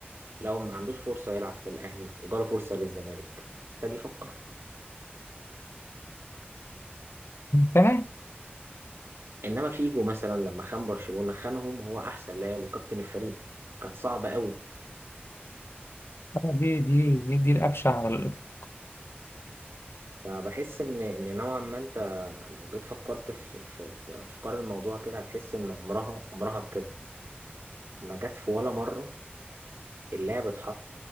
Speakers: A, on the right; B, on the left.
A: لو ما عندوش فرصه يلعب في الاهلي وجاله فرصه للزمالك محتاج يفكر
B: تمام
A: انما فيجو مثلا لما خان برشلونه خانهم هو احسن لاعب وكابتن الفريق كانت صعبه قوي
B: آه، دي دي دي, دي الأبشع على الإطلاق
A: فبحس ان ان نوعا ما انت لو جيت فكرت في في في افكار الموضوع كده هتحس ان عمرها عمرها بجد ما جت في ولا مره اللي هي بتحط